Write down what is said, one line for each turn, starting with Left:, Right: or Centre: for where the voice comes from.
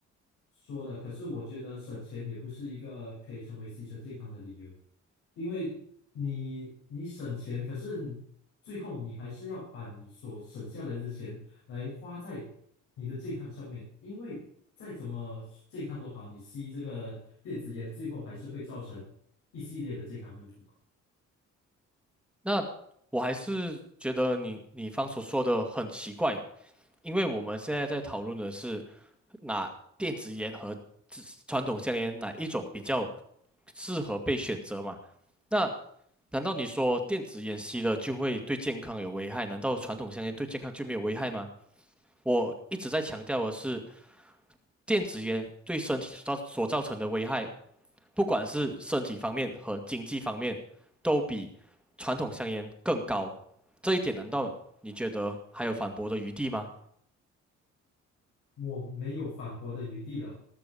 Left: 说的，可是我觉得省钱也不是一个可以成为牺牲健康的理由。因为你你省钱，可是你最后你还是要把你所省下来的钱来花在你的健康上面，因为再怎么健康都好，你吸这个电子烟，最后还是会造成一系列的健康问题。
Centre: 那我还是觉得你你方所说的很奇怪，因为我们现在在讨论的是。那电子烟和自传统香烟哪一种比较适合被选择嘛？那难道你说电子烟吸了就会对健康有危害？难道传统香烟对健康就没有危害吗？我一直在强调的是，电子烟对身体所造所造成的危害，不管是身体方面和经济方面，都比传统香烟更高。这一点难道你觉得还有反驳的余地吗？
Left: 我没有反驳的余地了。